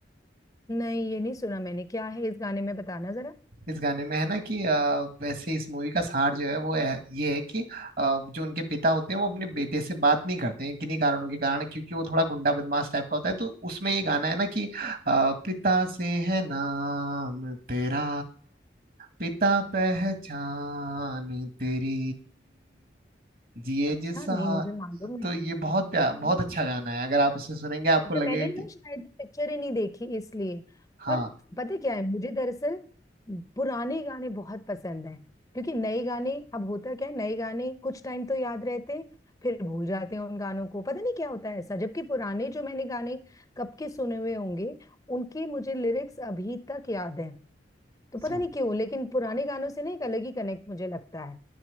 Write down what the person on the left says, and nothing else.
नहीं ये नहीं सुना मैंने क्या है इस गाने में बताना जरा
अच्छा
नहीं मुझे मालूम नहीं
ओके
अच्छा
मैंने
ना शायद पिक्चर ही नहीं देखी इसलिए
और पता है क्या है मुझे दरअसल पुराने गाने बहुत पसंद हैं क्योंकि नए गाने अब होता क्या है नए गाने कुछ टाइम तो याद रहते हैं फिर भूल जाते हैं उन गानों को पता नहीं क्या होता है ऐसा जबकि पुराने जो मैंने गाने कब के सुने हुए होंगे उनके मुझे लिरिक्स अभी तक याद हैं तो पता
नहीं क्यों लेकिन पुराने गानों से ना एक अलग ही कनेक्ट मुझे लगता है